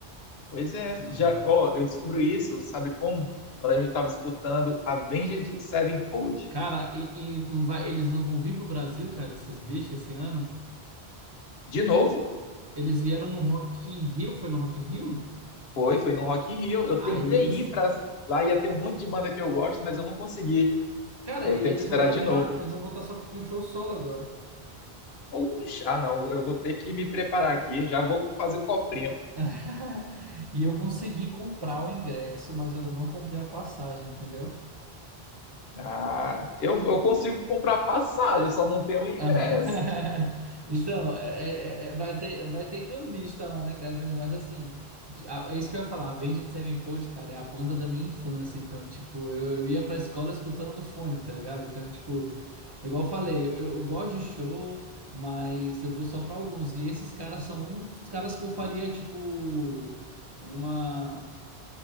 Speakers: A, on the left; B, on the right.
A: Pois é,
B: Massa.
A: já, ó, eu descobri isso, sabe como? Quando a gente estava escutando Avenged Sevenfold.
B: Cara, e, e não vai, eles não vão vir pro Brasil, cara, esses bichos esse ano?
A: De novo,
B: Eles vieram no Rock in Rio, foi no Rock in Rio?
A: Foi, foi no Rock in Rio. Eu
B: Aí
A: tentei
B: eles,
A: ir para lá, ia ter um monte de banda que eu gosto, mas eu não consegui.
B: cara,
A: Aí eu
B: e
A: tenho
B: eles
A: que esperar
B: vão voltar,
A: de novo.
B: eles vão voltar só com um show solo agora.
A: Puxa, ah não, eu vou ter que me preparar aqui, já vou fazer o cofrinho.
B: <laughs> E eu consegui comprar o ingresso, mas eu não comprei a passagem, entendeu?
A: Ah, eu, eu consigo comprar passagem, só não tenho ingresso.
B: <laughs> Então, é- é- é- é, vai ter, vai ter cambista lá, né, cara, vender, mas assim, de- a- é isso que eu ia falar, Avenged Sevenfold, cara, é a banda da minha infância, então, tipo, eu, eu ia pra escola escutando no fone, tá ligado? Então, tipo, igual eu falei, eu, eu gosto de show, mas eu vou só pra alguns, e esses caras são um dos caras que eu faria, tipo, uma.